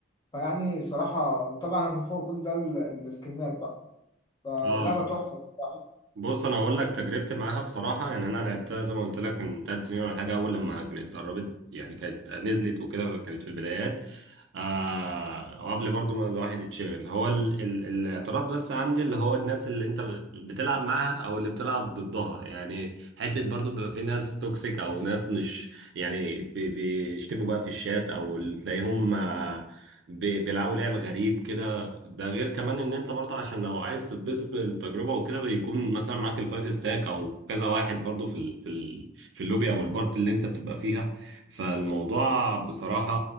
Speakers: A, on the left; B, on the right.
A: فيعني الصراحة وطبعا فوق كل ده ال- السكنات بقى فلعبة
B: اه
A: تحفة الصراحة
B: بص انا هقول لك تجربتي معاها بصراحه يعني انا لعبتها زي ما قلت لك من ثلاث سنين ولا حاجه اول لما كانت اتدربت يعني كانت نزلت وكده كانت في البدايات آه وقبل برضو ما الواحد يتشغل هو ال ال الاعتراض بس عندي اللي هو الناس اللي انت بتلعب معاها او اللي بتلعب ضدها يعني حته برضو بيبقى في ناس توكسيك او ناس مش يعني بي- بيشتموا بقى في الشات او اللي تلاقيهم آه، بي- بيلعبوا لعب غريب كده ده غير كمان ان انت برضه عشان لو عايز تتبسط من التجربه وكده بيكون مثلا معاك الفايف ستاك او كذا واحد برضه في ال في ال في اللوبي او البارت اللي انت بتبقى فيها فالموضوع بصراحه